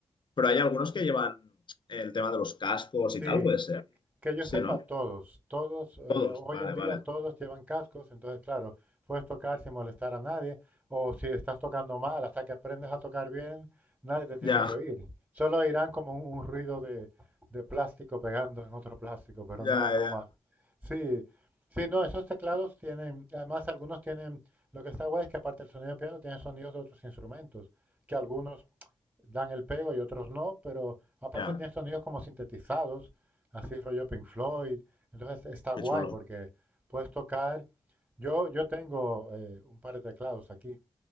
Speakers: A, on the left; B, on the right.
A: pero hay algunos que llevan el tema de los cascos
B: sí,
A: y tal, puede ser.
B: Que yo
A: Sí,
B: sepa,
A: ¿no?
B: todos, todos, eh,
A: Todos.
B: hoy
A: Vale,
B: en día
A: vale.
B: todos llevan cascos, entonces claro, puedes tocar sin molestar a nadie, o si estás tocando mal, hasta que aprendes a tocar bien, nadie te tiene
A: Ya,
B: que oír. Solo oirán como un, un ruido de, de plástico pegando en otro plástico, pero
A: ya,
B: no, no
A: ya.
B: más. Sí, sí, no, esos teclados tienen, además algunos tienen, lo que está guay es que aparte del sonido de piano, tienen sonidos de otros instrumentos, que algunos dan el pego y otros no, pero aparte
A: Ya,
B: tienen sonidos como sintetizados así rollo Pink Floyd. Entonces está guay
A: qué chulo.
B: porque puedes tocar. Yo, yo tengo eh, un par de teclados aquí.